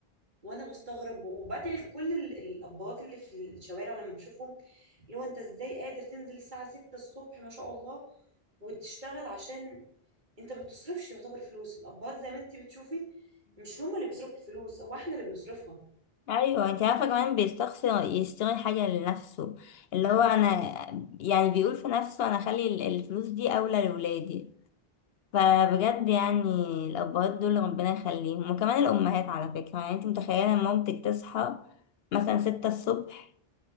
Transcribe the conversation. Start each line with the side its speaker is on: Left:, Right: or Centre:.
Right: وانا بستغرب وبدعي لكل ال- الابهات اللي في الشوارع لما بشوفهم اللي هو انت ازاي قادر تنزل الساعه 6 الصبح ما شاء الله وتشتغل عشان انت ما بتصرفش يعتبر فلوس الابهات زي ما انت بتشوفي مش هما اللي بيصرفوا الفلوس هو احنا اللي بنصرفها
Left: ايوه انت عارفه كمان بيستخسر يشتري حاجه لنفسه اللي هو
Right: صح
Left: انا يعني بيقول في نفسه انا اخلي ال- الفلوس دي اولى لولادي فبجد يعني الابهات دول ربنا يخليهم وكمان الامهات على فكره يعني انت متخيله مامتك تصحى مثلا ستة الصبح